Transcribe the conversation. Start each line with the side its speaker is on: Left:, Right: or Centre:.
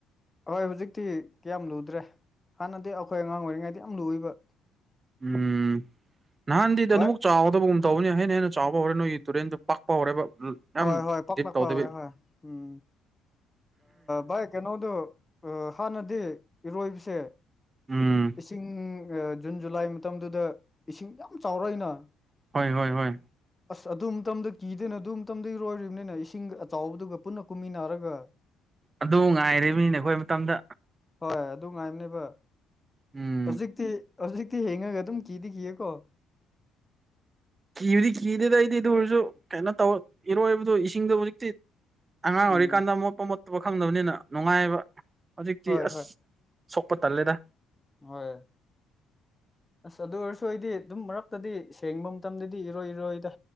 Left: ꯍꯣꯏ ꯍꯧꯖꯤꯛꯇꯤ ꯀꯌꯥꯝ ꯂꯨꯗ꯭ꯔꯦ ꯍꯥꯟꯅꯗꯤ ꯑꯩꯈꯣꯏ ꯑꯉꯥꯡ ꯑꯣꯏꯔꯤꯉꯩꯗ ꯌꯥꯝ ꯂꯨꯏꯕ
Right: ꯎꯝ ꯅꯍꯥꯟꯗꯤꯗꯤ
Left: ꯚꯥꯏ
Right: ꯑꯗꯨꯐ ꯆꯥꯎꯒꯗꯕꯒꯨꯝ ꯇꯧꯅꯤ ꯍꯦ ꯍꯦ ꯆꯥꯎꯕ ꯍꯧꯔꯦ ꯅꯣꯏꯒꯤ ꯇꯨꯔꯦꯟꯗꯨꯣ ꯄꯥꯛꯄ ꯍꯧꯔꯦꯕ ꯌꯥꯝ
Left: ꯍꯣꯏ ꯍꯣꯏ ꯄꯥꯛꯂꯥꯛꯄ
Right: ꯗꯤꯞ ꯇꯧꯗꯕꯤ
Left: ꯍꯧꯔꯦ ꯍꯣꯏ ꯎꯝ ꯚꯥꯏ ꯀꯩꯅꯣꯗꯨ ꯍꯥꯟꯅꯗꯤ ꯏꯔꯣꯏꯕꯁꯦ
Right: ꯎꯝ
Left: ꯏꯁꯤꯡ ꯖꯨꯟ ꯖꯨꯂꯥꯏ ꯃꯇꯝꯗꯨꯗ ꯏꯁꯤꯡ ꯌꯥꯝ ꯆꯥꯎꯔꯛꯏꯅ
Right: ꯍꯣꯏ ꯍꯣꯏ ꯍꯣꯏ
Left: ꯑꯁ ꯑꯗꯨ ꯃꯇꯝꯗ ꯀꯤꯗꯣꯏꯅ ꯑꯗꯨ ꯃꯇꯝꯗꯔꯣꯏꯔꯤꯕꯅꯤꯅ ꯏꯁꯤꯡꯒ ꯑꯆꯥꯎꯕꯗꯨꯒ ꯄꯨꯟꯅ ꯀꯨꯝꯃꯤꯟꯅꯔꯒ
Right: ꯑꯗꯨ ꯉꯥꯏꯔꯤꯕꯅꯤꯅꯦ ꯑꯩꯈꯣꯏ ꯃꯇꯝꯗ
Left: ꯍꯣꯏ ꯑꯗꯨ ꯉꯥꯏꯕꯅꯦꯕ
Right: ꯎꯝ
Left: ꯍꯧꯖꯤꯛꯇꯤ ꯍꯧꯖꯤꯛꯇꯤ ꯍꯦꯡꯉꯒ ꯑꯗꯨꯝ ꯀꯤꯗꯤ ꯀꯤꯌꯦꯀꯣ
Right: ꯀꯤꯕꯗꯤ ꯀꯤꯗꯦꯗ ꯑꯩꯗꯤ ꯑꯗꯨ ꯑꯣꯏꯔꯁꯨ ꯀꯩꯅꯣ ꯇꯧ ꯏꯔꯣꯏꯕꯗ ꯏꯁꯤꯡꯗꯣ ꯍꯧꯖꯤꯛꯇꯤ ꯑꯉꯥꯡ ꯑꯣꯏꯔꯤꯀꯥꯟꯗ
Left: ꯎꯝ
Right: ꯃꯣꯠꯄ ꯃꯣꯠꯠꯇꯕ ꯈꯪꯗꯕꯅꯤꯅ ꯅꯨꯡꯉꯥꯏꯕ ꯍꯧꯖꯤꯛꯇꯤ
Left: ꯍꯣꯏ
Right: ꯑꯁ
Left: ꯍꯣꯏ
Right: ꯁꯣꯛꯄ ꯇꯜꯂꯦꯗ
Left: ꯍꯣꯏ ꯑꯁ ꯑꯗꯨ ꯑꯣꯏꯔꯁꯨ ꯑꯩꯗꯤ ꯑꯗꯨꯝ ꯃꯔꯛꯇꯗꯤ ꯁꯦꯡꯕ ꯃꯇꯝꯗꯗꯤ ꯏꯔꯣꯏ ꯏꯔꯣꯏꯗ